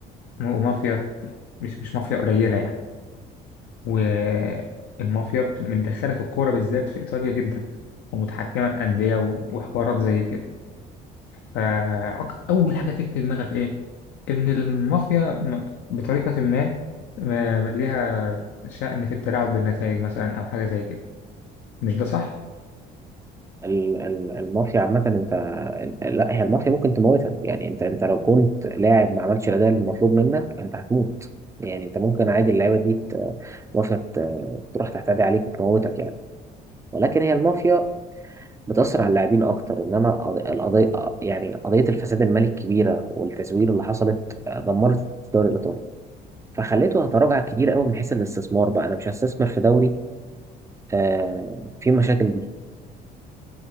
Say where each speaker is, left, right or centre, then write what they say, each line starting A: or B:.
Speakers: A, on the left (about 80°); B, on the right (about 15°).
A: ومافيا مش مش مافيا قليلة يعني والمافيا بت- متدخلة في الكورة بالذات في إيطاليا جدا ومتحكمة في أندية و- وحوارات زي كده فأول حاجة تيجي في دماغك إيه؟ إن المافيا م- بطريقة ما ما- ليها شأن في التلاعب بالنتائج مثلا أو حاجة زي كده مش ده صح؟
B: ال... ال... المافيا عامة انت ال- لا هي المافيا ممكن تموتك يعني انت انت لو كنت لاعب ما عملتش الاداء المطلوب منك انت هتموت يعني انت ممكن عادي اللعيبه دي ت- المافيا ت- تروح تعتدي عليك وتموتك يعني ولكن هي المافيا بتأثر على اللاعبين أكتر إنما قض- القضية يعني قضية الفساد المالي الكبيرة والتزوير اللي حصلت آه، دمرت الدوري الإيطالي فخليته يتراجع كتير قوي من حيث الاستثمار بقى أنا مش هستثمر في دوري آه، فيه مشاكل دي